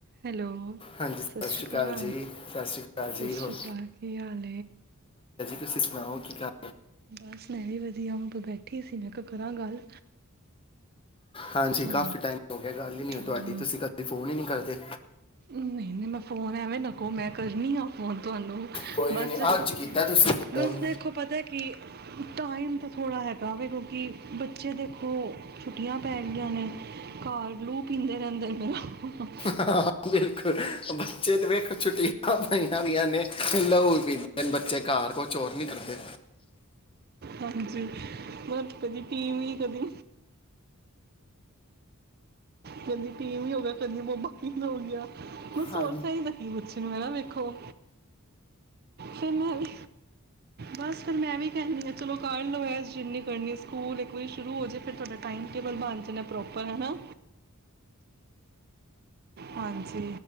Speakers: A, on the right (about 45°); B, on the left (about 25°).
A: hello
B: ਹਾਂਜੀ
A: ਸਤਿ ਸ਼੍ਰੀ ਅਕਾਲ
B: ਜੀ ਸਤਿ ਸ਼੍ਰੀ ਅਕਾਲ
A: ਸਿ
B: ਜੀ
A: ਸ਼੍ਰੀ
B: ਹੋਰ
A: ਅਕਾਲ ਕੀ ਹਾਲ
B: <inaudible>
A: ਬਸ ਮੈਂ ਵੀ ਵਧੀਆ ਵਾਂ ਬੈਠੀ ਸੀ ਮੈਂ ਕਿਹਾ ਕਰਾਂ ਗੱਲ
B: ਹਾਂਜੀ
A: ਹਾਂ
B: ਕਾਫੀ ਟਾਈਮ ਹੋ ਗਿਆ ਗੱਲ ਹੀ ਨਹੀਂ
A: ਹਾਂ
B: ਤੁਹਾਡੀ ਤੁਸੀਂ ਕਦੇ ਫੋਨ ਹੀ ਨਹੀਂ ਕਰਦੇ
A: ਨਹੀਂ ਨਹੀਂ ਮੈਂ ਫੋਨ ਐਵੇਂ ਨਾ ਕੋੋ ਮੈਂ ਕਰਨੀ ਆ ਫੋਨ ਤੁਹਾਨੂੰ
B: ਕੋਈ
A: ਬਸ
B: ਵੀ ਨਹੀਂ
A: ਦੇਖੋ
B: ਅੱਜ ਕੀਤਾ ਤੁਸੀਂ ਫੋਨ
A: ਬਸ ਦੇਖੋ ਪਤਾ ਕਿ ਟਾਈਮ ਤਾਂ ਥੋੜ੍ਹਾ ਹੈਗਾ ਵੀ ਕਿਉਂਕਿ ਬੱਚੇ ਦੇਖੋ ਛੁੱਟੀਆਂ ਪੈ ਗਈਆਂ ਨੇ ਕਾਰ ਗਲੂ ਪੀਂਦੇ ਨੇ ਅੰਦਰ ਮੇਰਾ ਫੋਨ
B: ਹਾਂ ਬਿਲਕੁਲ ਬੱਚੇ ਤੇ ਵੇਖੋ ਛੁੱਟੀਆਂ ਪਈਆਂ ਵੀਆਂ ਨੇ ਲਹੂ ਪੀਂਦੇ ਬੱਚੇ ਘਰ ਕੁਛਰ ਨੀ ਕਰਦੇ
A: ਹਾਂਜੀ ਮਤਲਬ ਕਦੀ ਟੀਵੀ ਕਦੀ ਕਹਿੰਦੀ ਪੀ ਵੀ ਹੋ ਗਿਆ ਕਹਿੰਦੀ ਬਬਾੀ ਹੋ ਗਿਆ ਹ
B: ਹਾਂਜੀ
A: ਸੋਰਸ ਹੀਦਾ ਕੀ ਕੁੱਛ ਨੂੰ ਹੈ ਨਾ ਵੇਖੋ ਫਿਰ ਮੈਂ ਵੀ ਬਸ ਫਿਰ ਮੈਂ ਵੀ ਕਹਿੰਦੀ ਹਾਂ ਚਲੋ ਕਰ ਲਓ ਜਿੰਨੀ ਕਰਨੀ ਸਕੂਲ ਇੱਕ ਵਾਰੀ ਸ਼ੁਰੂ ਹੋ ਜਾ ਫਿਰ ਤੁਹਾਡਾ ਟਾਈਮ ਟਬਲ ਬਣ ਜਾਣਾ ਪ੍ਰੋਪਰ ਹੈਾ ਹਾਂਜੀ